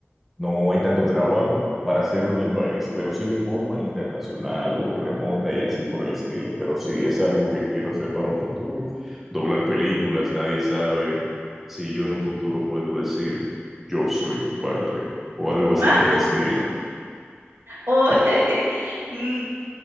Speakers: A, in the centre; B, on the right.
A: no hay tanto trabajo para hacerlo en el país, pero sí de forma internacional o remota y así por el estilo. Pero sí, es algo que quiero hacer para un futuro. Doblar películas, nadie sabe si yo en un futuro puedo decir, yo soy tu padre o algo así
B: Ah,
A: por el estilo.
B: oh, <laughs> mm,